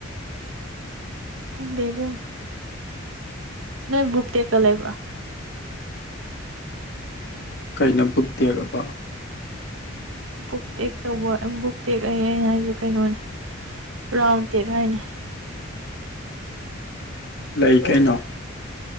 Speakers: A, on the right; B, on the left.
A: ꯈꯪꯗꯦ ꯏꯕꯦꯝꯃꯥ ꯅꯣꯏ ꯕꯨꯛ ꯇꯦꯞꯀ ꯂꯩꯕ꯭ꯔꯥ
B: ꯀꯩꯅꯣ ꯕꯨꯛ ꯇꯦꯛ ꯑꯕꯣ
A: ꯕꯨꯛ ꯇꯦꯛ ꯇꯧꯕ ꯕꯨꯛ ꯇꯦꯛ ꯑꯩ ꯑꯩꯅ ꯍꯥꯏꯁꯦ ꯀꯩꯅꯣꯅꯦ ꯔꯥꯎꯟ ꯇꯦꯛ ꯍꯥꯏꯅꯦ꯫
B: ꯂꯩ ꯀꯩꯅꯣ